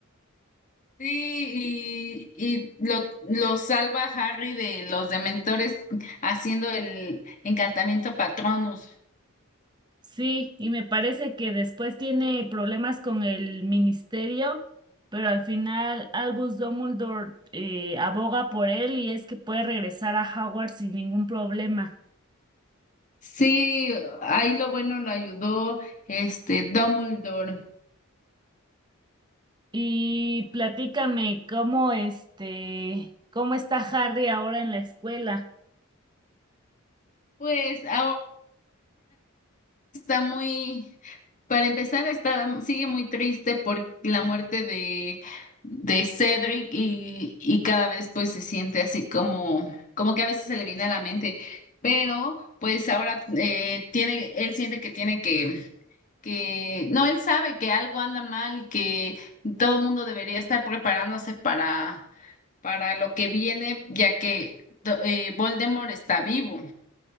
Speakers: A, on the left; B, on the right.
A: Sí, y, y lo, lo salva Harry de los dementores haciendo el encantamiento Patronus.
B: Sí, y me parece que después tiene problemas con el ministerio, pero al final Albus Dumbledore eh, aboga por él y es que puede regresar a Howard sin ningún problema.
A: Sí, ahí lo bueno lo ayudó este Dumbledore.
B: Y platícame cómo este, cómo está Harry ahora en la escuela.
A: Pues ahora está muy, para empezar, está, sigue muy triste por la muerte de, de Cedric y, y cada vez pues se siente así como, como que a veces se le viene a la mente, pero pues ahora eh, tiene, él siente que tiene que que no, él sabe que algo anda mal y que todo el mundo debería estar preparándose para, para lo que viene, ya que do- eh, Voldemort está vivo.